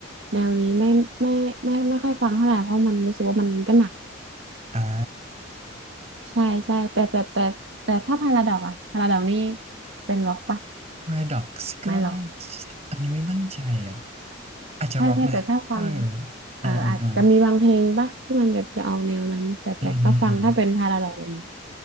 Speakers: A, on the right; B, on the right.
A: แนวนี้ไม่ไม่ไม่ไม่ไม่ค่อยฟังเท่าไหร่เพราะมันรู้สึกว่ามันก็หนัก
B: อ่า
A: ใช่ใช่แต่แต่แต่แต่ถ้าพาราดอกอะพาราดอกนี่เป็นร็อกปะ
B: <laughs> Paradox ก็น่าจะอันนี้ไม่มั่นใจอ่ะ
A: ไม่ห็อก
B: อาจจะ
A: ใช่ใช่แต่ถ้าฟัง
B: Rock นะไม่รู้อ่าอ่าอ่า
A: เอออาจจะมีบางเพลงปะที่มันแบบจะออกแนวนั้นแต่แต่ก็ฟังถ้าเป็นพาราดอกแบบนี้
B: อืมฮึอืมฮึ